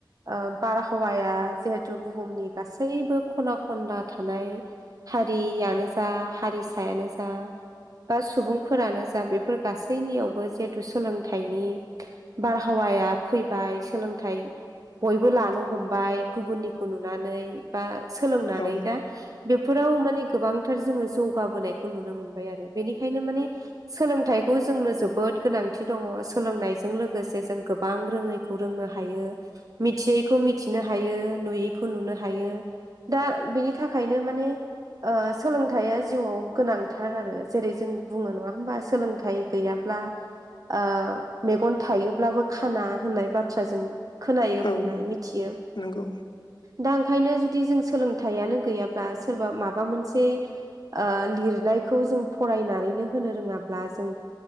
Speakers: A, on the right; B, on the left.
A: ओ बारहावाया जिहेथु बुहुमनि गासैबो खना खनला थानाय हारियानो जा, हारिसायानो जा बा सुबुंफोरानो जा बेफोर गासैनियावबो जिहेथु सोलोंथाइनि बारहावा या फैबाय, सोलोंथाइ बयबो लानो हमबाय गुबुननिखौ नुनानै बा सोलोंनानै
B: औ
A: दा। बेफोराव माने गोबांथार जोङो जौगाबोनायखौ नुनो मोनबाय आरो। बेनिखायनो मानिे सोलोंथाइ खौ जोंनो जोबोद गोनांथि दङ। सोलोंनायजों लोगोसे जों गोबां रोङैखौ रोंनो हायो। मिथियैखौ मिथिनो हायो, नुयैखौ नुनो हायो, दा बेनि थाखायनो। माने। ओ सोलोंथाइया जिउआव गोनांथार आरो, जेरै जों बुङो नङा होमबा सोलोंथाइ गैया ब्ला आ मेगन थायोब्लाबो खाना होननाय बाथ्राजों। खोनायो
B: औ
A: बुंनाय मिथियो।
B: नंगौ
A: दा ओंखायनो जुदि जों सोलोंथाइयानो गैयाब्ला सोरबा माबा मोनसे ओ लिरनायखौ जों फरायनानैनो होनो रोङाब्ला। जों